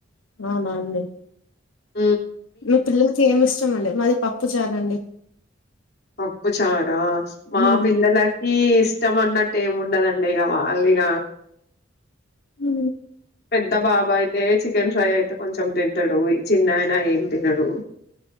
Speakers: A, on the left; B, on the left.
A: అవునా అండి
B: ఉ
A: మీ పిల్లలకి ఏమి ఇష్టం అండి మాది ప పప్పు చారండి
B: ప్పు చారా మా
A: ఉమ్
B: పిల్లలకి ఇష్టం అన్నట్టు ఏముండదండి ఇగ వాల్లిగ
A: ఉ
B: పెద్ద బాబా అయితే చికెన్ ఫ్రై అయితే కొంచెం తింటడు ఈ చిన్నయన ఏం తినడు